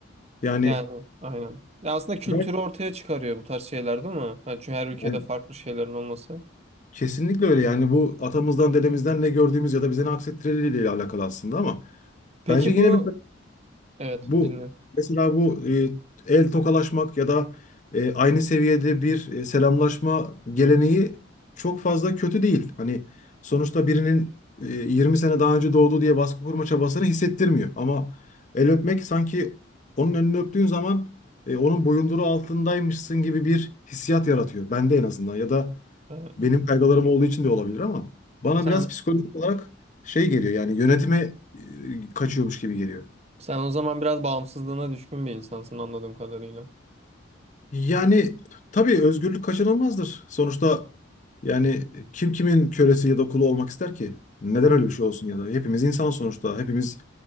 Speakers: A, on the left (about 40°); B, on the right (about 30°).
A: Yani
B: Yani aynen. Ya aslında kültürü
A: ben,
B: ortaya çıkarıyor bu tarz şeyler değil mi? Ha, çünkü her ülkede
A: ben
B: farklı şeylerin olması.
A: kesinlikle öyle. Yani bu atamızdan, dedemizden ne gördüğümüz ya da bize ne aksettirileriyle alakalı aslında ama
B: Peki
A: bence yine
B: bu evet
A: Bu
B: dinle.
A: mesela bu e, el tokalaşmak ya da e, aynı seviyede bir e, selamlaşma geleneği çok fazla kötü değil. Hani sonuçta birinin e, 20 sene daha önce doğdu diye baskı kurma çabasını hissettirmiyor. Ama el öpmek sanki onun elini öptüğün zaman e, onun boyunduruğu altındaymışsın gibi bir hissiyat yaratıyor. Bende en azından ya da
B: Ee,
A: benim kaygılarım olduğu için de olabilir ama bana
B: sen
A: biraz psikolojik olarak şey geliyor yani yönetime e, kaçıyormuş gibi geliyor.
B: sen o zaman biraz bağımsızlığına düşkün bir insansın anladığım kadarıyla.
A: Yani tabii özgürlük kaçınılmazdır. Sonuçta yani kim kimin kölesi ya da kulu olmak ister ki? Neden öyle bir şey olsun ya da? Hepimiz insan sonuçta. Hepimiz